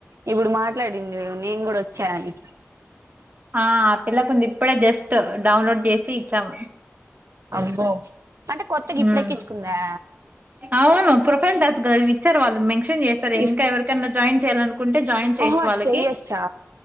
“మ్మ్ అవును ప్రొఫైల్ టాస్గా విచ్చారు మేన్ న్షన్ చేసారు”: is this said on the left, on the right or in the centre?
Right